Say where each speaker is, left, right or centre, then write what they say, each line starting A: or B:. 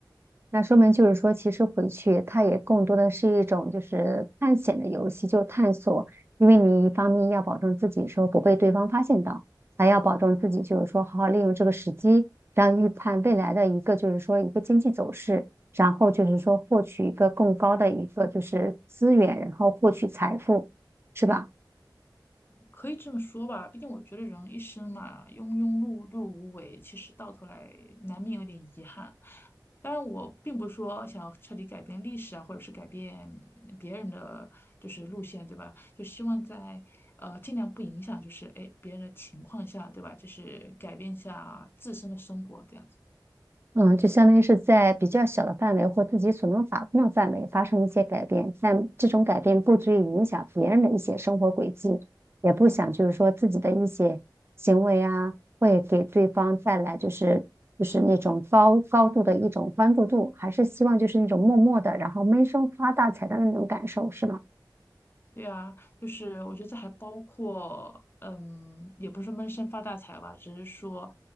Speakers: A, on the right; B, on the left.
A: 那说明就是说，其实回去它也更多的是一种就是探险的游戏，就探索。因为你一方面要保证自己说不被对方发现到，还要保证自己就是说好好利用这个时机，然后预判未来的一个就是说一个经济走势，然后就是说获取一个更高的一个就是资源，然后获取财富，是吧？
B: 可以这么说吧，毕竟我觉得人一生嘛，庸庸碌碌无为，其实到头来难免有点遗憾。当然，我并不是说想要彻底改变历史啊，或者是改变别人的就是路线，对吧？就希望在呃尽量不影响，就是哎别人的情况下，对吧？就是改变一下自身的生活，这样。
A: 嗯，就相当于是在比较小的范围或自己所能把控的范围发生一些改变，但这种改变不足以影响别人的一些生活轨迹，也不想就是说自己的一些行为啊，会给对方带来就是就是那种高高度的一种关注度，还是希望就是那种默默的，然后闷声发大财的那种感受，是吗？
B: 对啊，就是我觉得这还包括，嗯，也不是说闷声发大财吧，只是说，